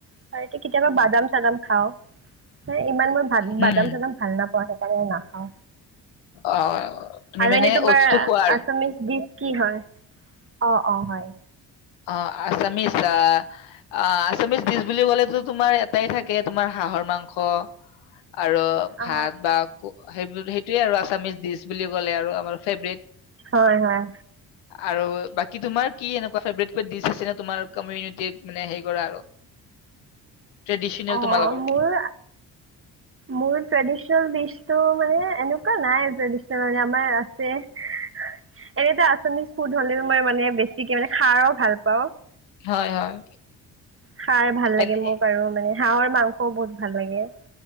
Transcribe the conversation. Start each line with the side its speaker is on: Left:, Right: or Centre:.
Right: হয়, এইটো কেতিয়াবা বাদাম-চাদাম খাওঁ। হয়, ইমান মোৰ খাল
Left: হম,
Right: বাদাম চাদাম খাল নাপ হয় তে নাখাওঁ
Left: অ', তুমি
Right: আৰু
Left: মানে
Right: এনে তোমাৰ
Left: অস্তু খোৱা আৰু।
Right: আছামিজ ডিচ কি হয়? অ, অ, হয়।
Left: অ আচামিজ আহ অ আচামিজ ডিচ বুলি কলে টো তোমাৰ এটাই থাকে তোমাৰ হাঁহৰ মাংস আৰু
Right: অ
Left: ভাত বা সেই সেইটোয়ে আৰু আছামিচ দিছ। বুলি কলে আৰু আমাৰ ফেব্ৰেত।
Right: হয় হয়।
Left: আৰু বাকী তোমাৰ কি এনেকুৱা ফেভৰেট? কিবা দিছ আছে নে তোমাৰ, কমিউনিটিত মানে হেৰি কৰা আৰু ট্ৰেডিচনেল
Right: অ
Left: তোমালোকৰ
Right: মোৰ মোৰ ট্ৰেডিচনেল ডিচ টো মানে এনেকুৱা নাই ট্ৰেডিচনেল মানে আমাৰ আছে এনে এটা আচামিজ ফুড হলেও মই মানে বেছিকে মানে খাৰো ভাল পাও।
Left: হয় হয়।
Right: সাৰ ভাল লাগে
Left: এনে
Right: মোক আৰু মানে হাঁহৰ মাংসও বহুত ভাল লাগে।